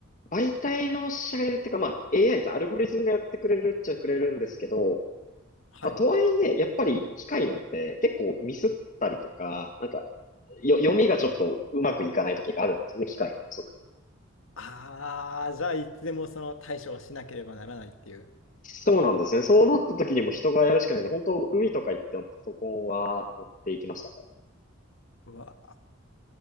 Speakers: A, on the left (about 40°); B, on the left (about 75°).
A: 媒体の社がいるっていうか、まあ、AI です。アルゴリズムがやってくれるっちゃくれるんですけど、
B: はい。
A: まあ、とはいえ、やっぱり機械なんで、結構ミスったりとか、なんか、よ、読みがちょっとうまくいかない時があるんですよね、機械の予測も。
B: ああ、じゃあいつでもその対処をしなければならないっていう。
A: そうなんですね。そうなった時にも人がやるしかないんで、本当海とか行ってもパソコンは持っていきましたね。
B: うわ、